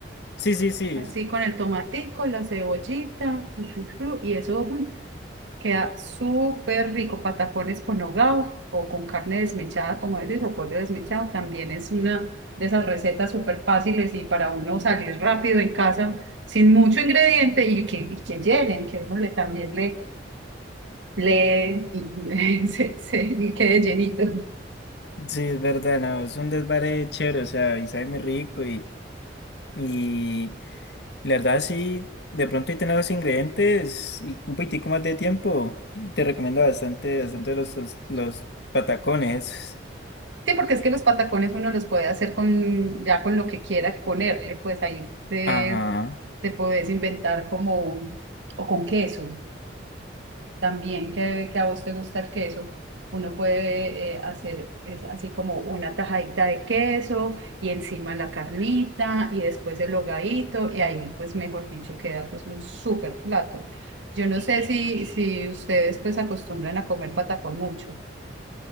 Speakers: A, on the left; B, on the right.
A: sí, sí, sí,
B: Así con el tomatico, la cebollita, chu, chu, chu, y eso, mm, Queda súper rico, patacones con nogao o con carne desmechada, como eres, o pollo desmechado. También es una de esas recetas súper fáciles y para uno salir rápido en casa sin mucho ingrediente y que, y que llenen, que uno le también le, le y, <laughs> se, se- y quede llenito.
A: sí, es verdad, no, es un desvare chévere, o sea, y sabe muy rico y, y la verdad sí, de pronto y tener los ingredientes y un poquitico más de tiempo, te recomiendo bastante, bastante los, los, los patacones. esos.
B: Sí, porque es que los patacones uno los puede hacer con ya con lo que quiera ponerle, pues ahí te,
A: Ajá.
B: te puedes inventar como o con queso. también que, que a vos te gusta el queso, uno puede eh, hacer es así como una tajadita de queso y encima la carnita y después el hogadito y ahí pues mejor dicho queda pues un súper plato. Yo no sé si, si ustedes pues acostumbran a comer patacón mucho.